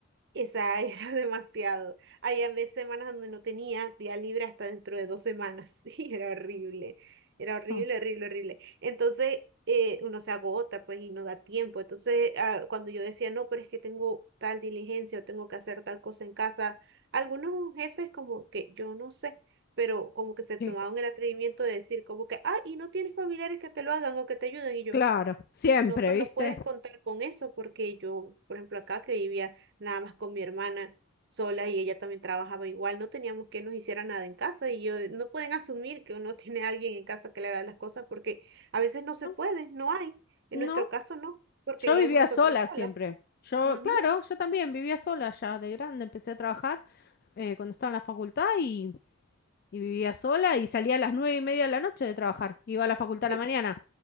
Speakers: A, on the right; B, on the left.
A: Esa <laughs> era demasiado. Había veces semanas donde no tenía día libre hasta dentro de dos semanas. <laughs> Y era horrible. Era horrible,
B: No,
A: horrible, horrible. Entonces, eh, uno se agota, pues, y no da tiempo. Entonces, ah, cuando yo decía, no, pero es que tengo tal diligencia o tengo que hacer tal cosa en casa, algunos jefes como que, yo no sé, pero como que se
B: sí,
A: tomaban el atrevimiento de decir como que, ah, y no tienes familiares que te lo hagan o que te ayuden. Y yo,
B: claro, siempre,
A: no, pero
B: ¿viste?
A: no puedes contar con eso porque yo, por ejemplo, acá que vivía nada más con mi hermana sola y ella también trabajaba igual, no teníamos que nos hiciera nada en casa y yo no pueden asumir que uno <laughs> tiene a alguien en casa que le haga las cosas porque a veces no se
B: No,
A: puede, no hay. En
B: no,
A: nuestro caso no, porque
B: Yo
A: vivíamos
B: vivía
A: nosotras
B: sola
A: solas.
B: siempre. Yo,
A: Ujú.
B: claro, yo también vivía sola ya de grande. Empecé a trabajar eh, cuando estaba en la facultad y, y vivía sola y salía a las nueve y media de la noche de trabajar. Iba a la facultad
A: De-
B: a la mañana.